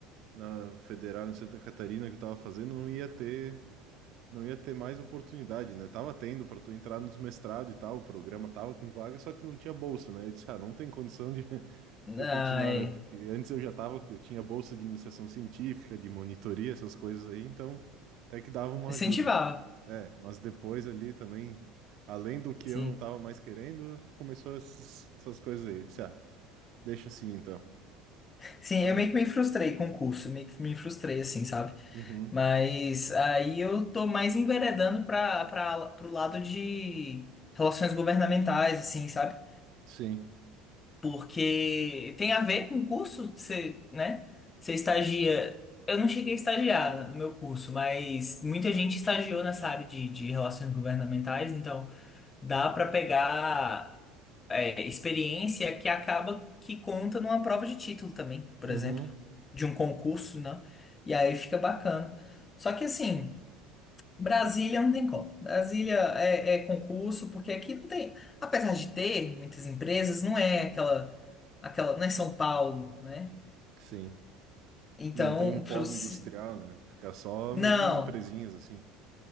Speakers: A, on the right (about 60°); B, on the left (about 25°).
A: na Federal em Santa Catarina que eu tava fazendo, não ia ter, não ia ter mais oportunidade, né? Tava tendo para tu entrar nos mestrados e tal, o programa tava com vaga, só que não tinha bolsa, né? Eu disse, ah, não tem condição de, <laughs>
B: Ai,
A: de eu continuar, né? Porque antes eu já tava, eu tinha bolsa de iniciação científica, de monitoria, essas coisas aí, então até que dava uma
B: incentivava,
A: ajuda. É, mas depois ali também, além do que
B: sim.
A: eu não tava mais querendo, começou essas, essas coisas aí. Eu disse, ah, deixa assim então.
B: Sim,
A: Ah,
B: eu meio que me frustrei com o curso, meio que me frustrei, assim, sabe?
A: uhum,
B: Mas aí eu tô mais enveredando para para pro lado de relações governamentais, assim, sabe?
A: sim,
B: Porque tem a ver com o curso, você, né? Você estagia. Eu não cheguei a estagiar no meu curso, mas muita gente estagiou nessa área de, de relações governamentais, então dá para pegar é, experiência que acaba que conta numa prova de título também, por
A: uhum,
B: exemplo, de um concurso, né? E aí fica bacana. Só que assim, Brasília não tem como. Brasília é, é concurso, porque aqui não tem, apesar de ter muitas empresas, não é aquela, aquela, não é São Paulo, né?
A: sim.
B: Então,
A: Não tem um polo
B: pra você-
A: industrial, né? Fica só
B: não.
A: mesmo empresinhas assim.